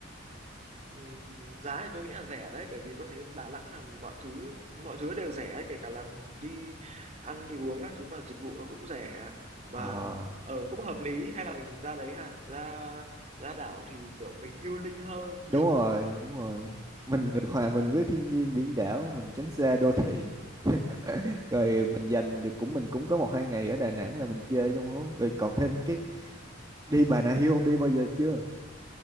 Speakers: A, on the right; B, on the right.
A: Ừm, giá thì tôi nghĩ là rẻ đấy bởi vì tôi thấy Đà Nẵng là mọi thứ mọi thứ đều rẻ ấy, kể cả là mình đi ăn đi uống các thứ mà dịch vụ nó cũng rẻ mà
B: ờ
A: ở cũng hợp lý hay là mình ra đấy ha ra ra đảo thì kiểu mình healing hơn
B: đúng
A: <laughs> kiểu
B: rồi đúng rồi mình
A: đó
B: được hòa mình với thiên nhiên biển đảo mình tránh xa đô thị <laughs> rồi
A: đó
B: mình dành được cũng mình cũng có một hai ngày ở Đà Nẵng là mình chơi trong hố rồi còn thêm cái đi Bà Nà Hills ông đi bao giờ chưa